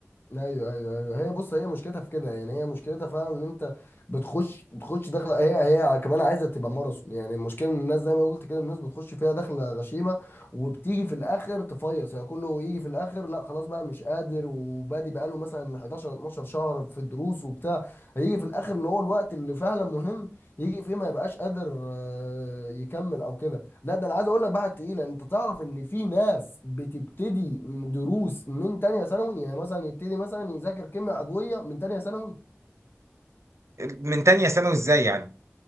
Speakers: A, on the left (about 50°); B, on the right (about 85°).
A: ايوه ايوه ايوه هي بص هي مشكلتها في كده يعني هي مشكلتها فعلا ان انت بتخش بتخش داخله هي هي كمان عايزه تبقى ماراثون يعني المشكله ان الناس زي ما قلت كده الناس بتخش فيها داخله غشيمه وبتيجي في الاخر تفيص يعني كله يجي في الاخر لا خلاص بقى مش قادر وبادي بقاله مثلا 11 12 شهر في دروس وبتاع هيجي في الاخر اللي هو الوقت اللي فعلا مهم يجي فيه ما يبقاش قادر آه، يكمل او كده لا ده انا عايز اقول لك بقى تقيله انت تعرف ان في ناس بتبتدي دروس من تانية ثانوي يعني مثلا يبتدي مثلا يذاكر كيمياء عضويه من تانية ثانوي
B: من تانية ثانوي ازاي يعني